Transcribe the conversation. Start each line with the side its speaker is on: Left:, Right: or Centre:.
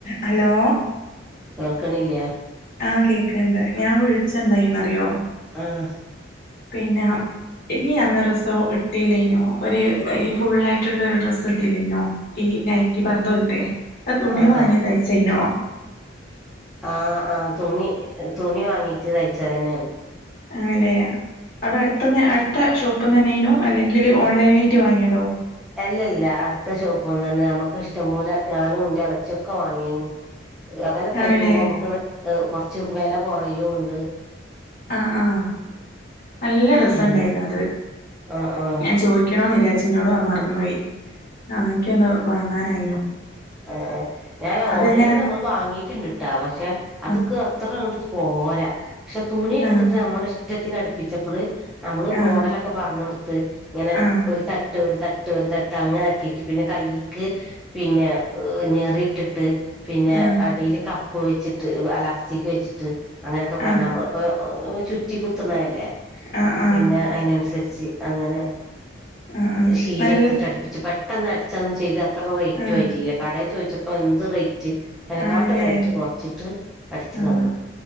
Left: ഹലോ
Centre: കേൾക്കണില്ല
Left: ആഹ് കേക്ക്ണ്ട് ഞാൻ വിളിച്ച എന്തായിന്നറിയോ
Centre: ആഹ്
Left: പിന്നെ ഇങ്ങ് അന്നൊരു ദിവസം ഇട്ടീലേനോ ഒരു ഈ ഫുള്ളായിട്ടുള്ളൊരു ഡ്രസ്സ് ഇട്ടീല്ലേനോ ഈ ഈ നൈറ്റിപർദ്ദ പോലത്തെ അത് തുണി
Centre: ആഹ്
Left: വാങ്ങി
Centre: ആഹ്
Left: തയ്ച്ചയിനോ
Centre: ആഹ് ആഹ് തുണി തുണി വാങ്ങീട്ട് തയ്ച്ചതെന്നെയാണ്
Left: ആണല്ലേ അവിടെ അടുത്തന്ന് അടുത്ത ഷോപ്പ് പ്പ്ന്നെന്നെയേനു അല്ലെങ്കിൽ ഓൺലൈനിലായിട്ട് വാങ്ങിയതോ
Centre: അല്ലല്ല അടുത്ത ഷോപ്പ്ന്ന് തന്നെ നമുക്ക് ഇഷ്ടം പോലെ ഞാനും ന്റെ എളച്ചിയൊക്കെ വാങ്ങിയിരുന്നു അങ്ങനെ തയ്ക്കുമ്പോ
Left: ആണല്ലേ
Centre: നമ്മുക്ക് റെ കുറച്ച് വില കുറയും ഉണ്ട്
Left: ആഹ് ആഹ് നല്ല രസണ്ടായിനു
Centre: പിന്നെ
Left: അത്
Centre: ആഹ് ആഹ്
Left: ഞാൻ ചോദിക്കണോന്ന് വിചാരിച്ചു എന്നോടത് മറന്നുപോയി ആഹ് എനിക്കൊന്ന് വാങ്ങാനായിനു
Centre: ആ ഞാൻ
Left: അതെങ്ങനാ
Centre: ഓൺലൈനിൽ ഞങ്ങൾ വാങ്ങിട്ട്ണ്ട്ട്ടാ പക്ഷെ അതൊക്കെ
Left: ആ
Centre: അത്ര അങ്ങട്ട് പോരാ പക്ഷെ തുണി ഇട്ത്തിട്ട്
Left: ആ
Centre: നമ്മള് ഇഷ്ടത്തിന് അടുപ്പിച്ചപ്പള് നമ്മള്
Left: ആ
Centre: മോഡലൊക്കെ പറഞ് കൊടുത്ത് ഇങ്ങനെ
Left: ആ
Centre: ഒരു തട്ട് ഒരു തട്ട് തട്ട് ഒരു തട്ട് അങ്ങനാക്കിട്ട് പിന്നെ കയ്യിക്ക് പിന്നെ ഞെറിട്ടിട്ട് പിന്നെ
Left: ആ
Centre: അടിൽ കപ്പ് വെച്ചിട്ട് അലാസ്റ്റിക്ക് വെച്ചിട്ട് അങ്ങനെക്കെ പറഞ്ഞാ
Left: ആ
Centre: നമ്മള് ഇപ്പോ ചുറ്റി കുത്തുന്നല്ലേ
Left: ആഹ്
Centre: അപ്പൊ
Left: ആഹ്
Centre: പിന്നെ അയിനനുസരിച്ച് അങ്ങനെ
Left: ആഹ് ആഹ്
Centre: ശീല
Left: നല്ല
Centre: എടുത്തിട്ട് അടുപ്പിച്ച് പ പെട്ടെന്ന് അടിച്ചന്നു ചെയ്ത് അത്ര റേറ്റും
Left: ആഹ്
Centre: ആയിട്ടില്ല കടേ ചോയ്ച്ചപ്പോ എന്ത് റേറ്റ് അയിനെക്കാട്ട്
Left: ആണല്ലേ
Centre: റേറ്റ് കുറച്ചിട്ട് അടിച്ചു
Left: ആഹ്
Centre: തന്നു